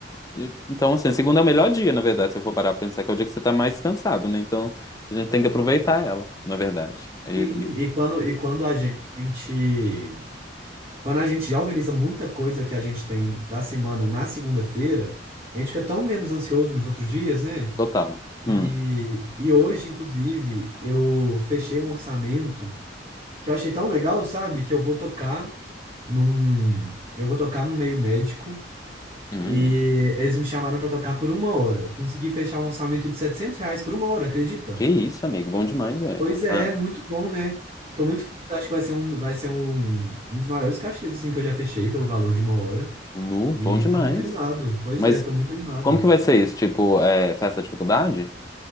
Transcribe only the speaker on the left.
E- Então, assim, segunda é o melhor dia, na verdade, se eu for parar pra pensar, que é o dia que você tá mais cansado, né? Então, a gente tem que aproveitar ela, na verdade. E-
e-
total.
Hum,
hum.
Que isso, amigo. Bom demais, velho.
Ah,
nu,
bom demais.
Mas
como que vai ser isso? Tipo, é, festa de faculdade?